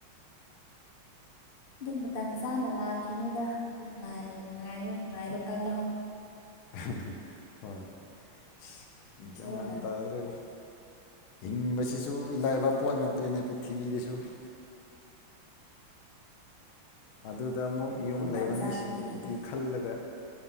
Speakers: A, on the left (about 50°); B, on the left (about 75°).
A: ꯑꯗꯨ ꯃꯇꯝ ꯆꯥꯅ ꯂꯥꯛꯈꯤꯅꯤꯗ ꯑꯗꯨ ꯉꯥꯏꯕ ꯉꯥꯏꯌꯨ ꯉꯥꯏꯕ ꯀꯜꯂꯣ ꯫
B: <unintelligible> ꯍꯣꯏ ꯏꯁ
A: ꯏꯁꯣꯔꯅ
B: ꯒꯤꯌꯥꯟ ꯃ‌ꯦꯟ ꯇꯥꯗ꯭ꯔꯦꯕ‌ꯣ ꯍꯤꯡꯕꯁꯤꯁꯨ ꯏꯂꯥꯏꯕ ꯄꯣꯠ ꯅꯠꯇ꯭ꯔꯦꯅꯦ ꯄ꯭ꯔꯤꯊꯤꯕꯤꯗꯁꯨ ꯫ ꯑꯗꯨꯗ ꯑꯃꯨꯛ ꯌꯨꯝ
A: ꯃꯇꯝ
B: ꯂꯩꯕ
A: ꯆꯥꯅ
B: ꯃꯤꯁꯤꯡꯒꯤꯗꯤ
A: ꯄꯤꯔꯛꯀꯅꯤꯗ
B: ꯈꯜꯂꯒ